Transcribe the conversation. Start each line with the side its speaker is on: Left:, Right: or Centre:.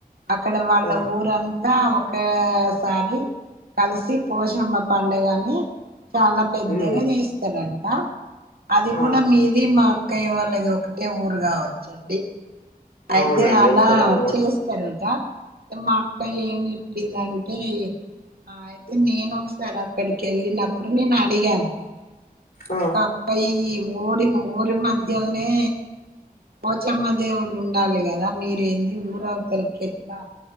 Right: అక్కడ వాళ్ల
Left: ఆ
Right: ఊరంతా ఒక్కసారి కలిసి పోశమ్మ పండుగని చాలా పెద్
Left: ఉమ్
Right: పెద్దగా
Left: ఉమ్,
Right: జేస్తారంట అది గూడ
Left: ఆ
Right: మీది మా అక్కయ్య వాళ్లది ఒకటే ఊరు కావచ్చండి. అయితే
Left: అవునండి
Right: అలా
Left: ఒకటే కూడా
Right: చేస్తారట ఇగ మా అక్క ఏం జేప్పిందంటే ఆ అయితే నేను ఒక్కసారి అక్కడికి వెళ్లినప్పుడు నేను అడిగాను
Left: ఆ
Right: అక్క అక్కా ఈ మోడీ మోరి మధ్యలనే పోచమ్మ దేవు వుడు ఉండాలి గదా మీరేంది ఊరవతలకెట్లా